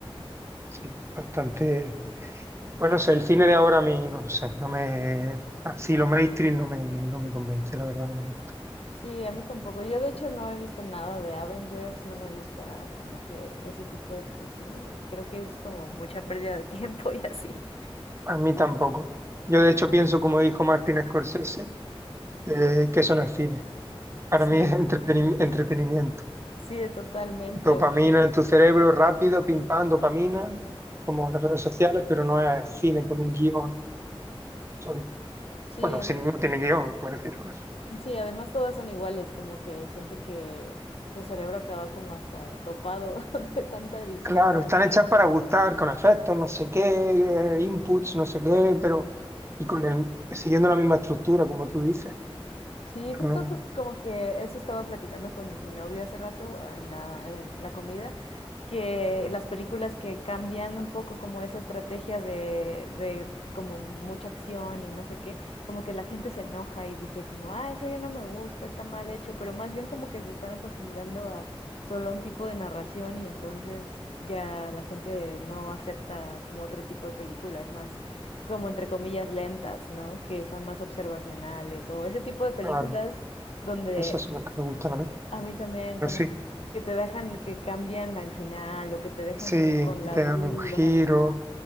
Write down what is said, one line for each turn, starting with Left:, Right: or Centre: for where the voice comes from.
Right: Sí, bastante. Bueno, sé, el cine de ahora a mí, no sé, no me. Así lo mainstream no me, no me convence, la verdad, no me gusta.
Left: Sí, a mí tampoco. Yo de hecho no he visto nada de Avengers, no me gusta como que ese tipo de, de cine. Creo que es como mucha pérdida de <laughs> tiempo y así.
Right: A mí tampoco. Yo, de hecho, pienso, como dijo Martin Scorsese, que, que eso no es cine. Para
Left: Sí,
Right: mí es entreteni- entretenimiento.
Left: sí, totalmente.
Right: Dopamina
Left: o sea,
Right: en tu cerebro, rápido, pim pam, dopamina, como las redes sociales, pero no es cine con un guión sólido.
Left: sí,
Right: Bueno,
Left: a
Right: si
Left: mí-
Right: no tiene guión, me refiero a eso.
Left: sí, además todas son iguales, como que siento que tu cerebro acaba como hasta dopado <laughs> de tanta edición.
Right: Claro, están hechas para gustar, con efectos, no sé qué, eh, inputs, no sé qué, pero y con el, siguiendo la misma estructura, como tú dices.
Left: Sí,
Right: Pero
Left: justo
Right: No,
Left: co- como que eso estaba platicando con mi novio hace rato ah, en la, en el- la comida, que las películas que cambian un poco como esa estrategia de, de como mucha acción y no sé qué, como que la gente se enoja y dice como, ah, eso ya no me gusta, está mal hecho, pero más bien como que se están acostumbrando a solo un tipo de narración y entonces ya la gente no acepta como otro tipo de películas más como entre comillas lentas, ¿no? Que son más observacionales o ese tipo de películas
Right: claro,
Left: donde
Right: esas son las que me gustan a mí.
Left: a mí también
Right: Pero
Left: como
Right: sí,
Left: que te dejan que cambian al final o que te dejan
Right: sí,
Left: como con
Right: que
Left: la
Right: te
Left: duda.
Right: dan un giro.